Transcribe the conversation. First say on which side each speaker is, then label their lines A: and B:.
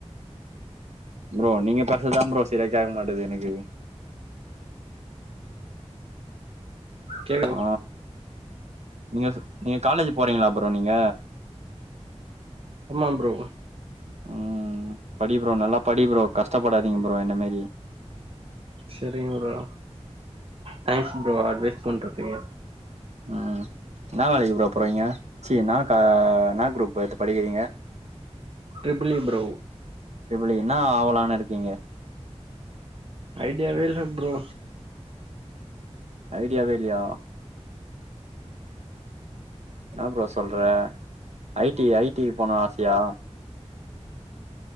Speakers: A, on the right; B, on the right.
A: ப்ரோ நீங்க பேச தான் ப்ரோ சீரா கேட்க மாட்டேது எனக்கு
B: கேக்கு
A: ஆ நீங்க ஸு நீங்க காலேஜ் போறீங்களா ப்ரோ நீங்க
B: ஆமாம் ப்ரோ
A: ம் படி ப்ரோ நல்லா படி ப்ரோ கஷ்டப்படாதீங்க ப்ரோ என்ன மாரி
B: சரிங்க ப்ரா தேங்ஸ் ப்ரோ அட்வைஸ் பண்றதுக்கு
A: உம் என்னா வேலைக்கு ப்ரோ போறீங்க ச்சி என்னா கா என்னா குரூப் எத்து படிக்கிறீங்க
B: triple E bro
A: triple E என்ன ஆவலான்னு இருக்கீங்க
B: ஐடியாவே இல்ல ப்ரோ
A: ஐடியாவே இல்லையா என்ன ப்ரோ சொல்ற ஐ டி ஐ டி க்கு போனும் ஆசையா